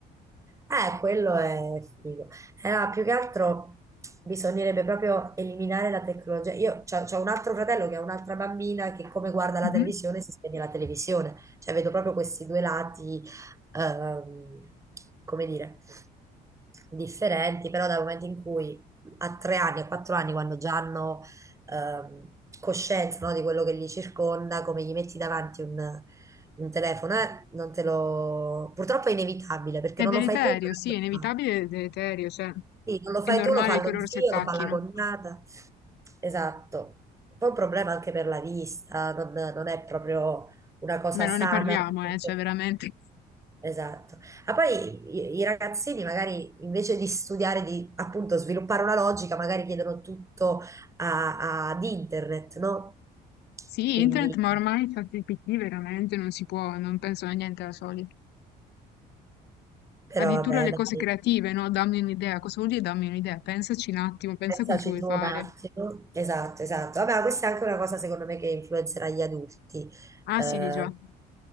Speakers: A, on the right; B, on the left.
A: Eh, quello è figo. Eh, no, più che altro bisognerebbe proprio eliminare la tecnologia. Io ho un altro fratello che ha un'altra bambina che come guarda la
B: Mhm.
A: televisione si spegne la televisione. Cioè vedo proprio questi due lati, ehm, come dire, differenti, però dal momento in cui a tre anni, a quattro anni, quando già hanno ehm, coscienza, no, di quello che li circonda, come gli metti davanti un... un telefono, eh, non te lo... Purtroppo è inevitabile perché
B: È
A: non
B: deleterio,
A: lo fai tu, ma
B: sì,
A: lo
B: è inevitabile
A: fa.
B: ed è deleterio, cioè,
A: Sì, non lo
B: è
A: fai
B: normale
A: tu, lo fa
B: che
A: lo
B: loro
A: zio,
B: si attacchino.
A: lo fa la cognata. Esatto. Poi è un problema anche per la vista, non, non è proprio una cosa
B: Beh, non
A: sana.
B: ne parliamo,
A: anche-
B: eh, cioè, veramente.
A: Esatto. Ma poi i, i ragazzini magari invece di studiare, di appunto sviluppare una logica, magari chiedono tutto a- ad internet, no?
B: Sì,
A: Quindi,
B: internet, ma ormai ChatGPT veramente non si può, non penso a niente da soli.
A: però
B: Addirittura
A: vabbè,
B: le
A: dai,
B: cose creative, no? Dammi un'idea. Cosa vuol dire dammi un'idea? Pensaci un attimo, pensa
A: pensaci
B: a quel che vuoi
A: tu
B: fare.
A: un attimo. Esatto, esatto. Vabbè, ma questa è anche una cosa secondo me che influenzerà gli adulti.
B: Ah,
A: Eh,
B: sì, di già,